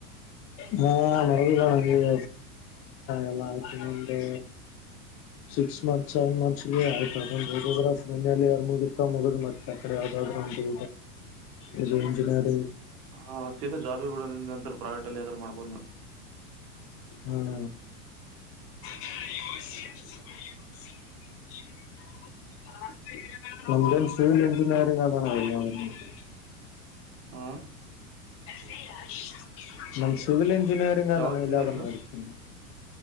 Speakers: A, on the left (about 30°); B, on the right (about 70°).
A: ಹಾ ನರಗಿದ ನಂಗೆದ ಎಲ್ಲ ಆಯ್ತು ಸಿಕ್ಸ್ ಮಂತ್ಸ್ ಸೆವೆನ್ ಮಂತ್ಸ್ ಆಯ್ತು ಟ್ರ ಮ ಮುಗುತ್ತ ಮುಗ ಮತ್ತೆ <unintelligible> ಅಡೆ ಯದಾದ್ರಟ ಇ ಇ ಇಂಜಿನಿಯರ್
B: ಹಾ ಸೀತಾ ಜಾಬಿ ಬಿಡ ನಿ ನಂತರ ಪ್ರೈವೇಟ ಅಲ್ಲಿ ಯ್ದಾರರು ಮಾಡ್ಬೋದು್ ನೀವು
A: ಹ್ಮ ಅಣ್ಣ <unintelligible> ನಮ್ಮ ಏನು ಸಿವಿಲ್ ಇಂಡಿನಿಯರಿಂಗ್ ಅದಾ ಅಣ್ಣ <unintelligible>
B: ಹ
A: <unintelligible> ನಮ್ಮ ಸಿವಿಲ್ <unintelligible> ಇಂಜಿನಿಯರಿಂಗ್ ಅದಾ
B: ಯಾವ್ದು
A: ಅಣ್ಣ ಎಲ್ಲಿ
B: ಇಂಜಿನಿಯರಿಂಗ್
A: ಅದಾ ನಡೆಯುತ್ತೆ